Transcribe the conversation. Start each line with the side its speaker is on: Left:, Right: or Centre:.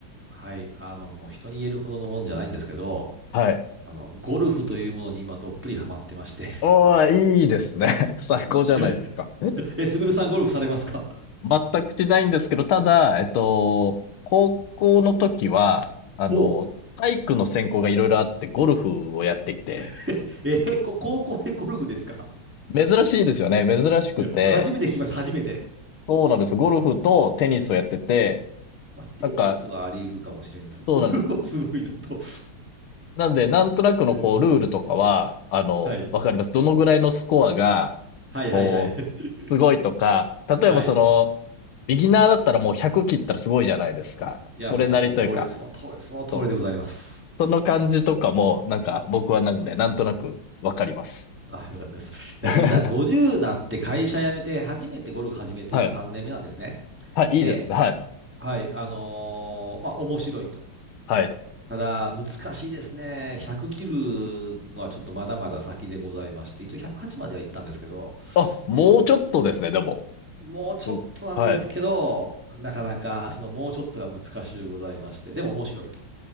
Centre: はい。あの、もう人に言えるほどのもんじゃないんですけど、
Left: はい。
Centre: あの、ゴルフというものに今どっぷりハマってまして。
Left: おーいいですね。<laughs> 最高じゃないですか。
Centre: <laughs> え、えすぐるさんゴルフされますか
Left: 全くしないんですけど、ただ、えっと、高校の時は、あの、
Centre: ほう。
Left: 体育の専攻がいろいろあって、ゴルフをやっていて、
Centre: <laughs> えーこ高校でゴルフですか
Left: 珍しいですよね。珍しくて、
Centre: いや、初めて聞きました、初めて。
Left: そうなんですよ。ゴルフとテニスをやってて、
Centre: まあ、テニスはあり得るかもしれんけど、
Left: なんか、そうなんです。
Centre: ゴルフはすごいなと。
Left: なんで、なんとなくのこう、
Centre: えー、
Left: ルールとかは、あの、
Centre: はい。
Left: わかります。どのぐらいのスコアが、
Centre: はいはいはい。
Left: こう、
Centre: <laughs>
Left: すごいとか、例えばその、
Centre: はい。
Left: ビギナーだったらもう100切ったらすごいじゃないですか。
Centre: いや、
Left: それなりというか、
Centre: もうその通りで、その通り、その通りでございます。
Left: そう。その感じとかも、なんか僕はなんで、なんとなくわかります。
Centre: あ、よかったです。いや、
Left: <laughs>
Centre: 実は50なって会社辞めて、初めてゴルフ始めて、
Left: はい。
Centre: 今3年目なんですね。
Left: はい、いいですね。
Centre: で、
Left: はい。
Centre: はい、あのーまあ、面白いと。
Left: はい。
Centre: ただ、難しいですね。100切るのはちょっとまだまだ先でございまして、一応108までは行ったんですけど、
Left: あ、もうちょっとですね、
Centre: え、
Left: でも。
Centre: もうちょっとなんですけど、
Left: うん、はい。
Centre: なかなか、そのもうちょっとが難しゅうございまして、でも面白いと。